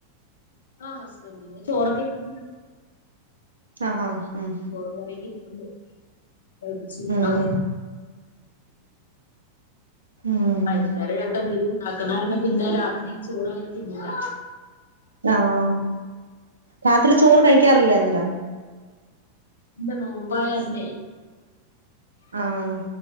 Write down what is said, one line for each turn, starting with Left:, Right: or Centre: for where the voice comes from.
Left: ആഹ് ഹസ്ബൻ്റിന് ചോറൊക്കെ ഇര്പ്പുണ്ട്.
Right: ആഹ് ഉം
Left: ചോറും കറിയൊക്കെ ഇരിപ്പ്ണ്ട് തെളപ്പിച്ച് ഊറ്റണം.
Right: ഉം ഉം
Left: വൈകുന്നേരം ഞങ്ങക്ക് എന്തേങ്കിലും ഉണ്ടാക്കണാരുന്ന പിന്നെ രാത്രി ചോറ് അങ്ങനെ തിന്നില്ല
Right: ആഹ് രാത്രി ചോറ് കഴിക്കാറില്ലേ അന്നേരം
Left: ല്ല നോമ്പായാര്ന്നെ
Right: ആഹ്